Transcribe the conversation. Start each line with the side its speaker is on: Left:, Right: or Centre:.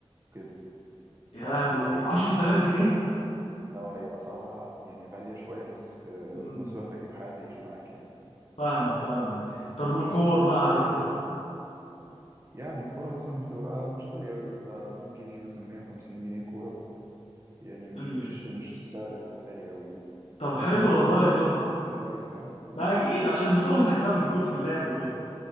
Right: كده فأنت
Left: يا لهوي
Right: لو
Left: 10000
Right: حاجة
Left: جنيه
Right: نوع هي أسعارها يعني غالية شوية بس آه،
Left: امم
Right: في نفس الوقت هجيب حاجة تعيش معاك يعني
Left: فاهمك فاهمك طب والكور بقى على كده
Right: يعني الكورة مثلا بتبقى مش غالية أوي بتاع 100 جنيه مثلا 150 جنيه كورة يعني مش
Left: أيوه.
Right: مش مش السعر الغالي أوي يعني
Left: طب
Right: بس
Left: حلو
Right: بيفضلوا
Left: والله
Right: يجددوا
Left: تحفة
Right: كل شوية فاهم
Left: ما اكيد عشان بتهلك بقى من كتر اللعب وكده